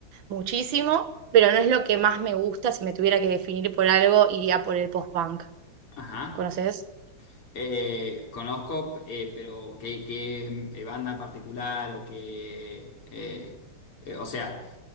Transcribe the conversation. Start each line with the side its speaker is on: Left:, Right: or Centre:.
Right: muchísimo, pero no es lo que más me gusta. Si me tuviera que definir por algo, iría por el post-punk.
Left: Ajá.
Right: ¿Conoces?
Left: Eh, conozco, eh, pero ¿qué, qué eh, banda en particular o qué... eh, eh, o sea,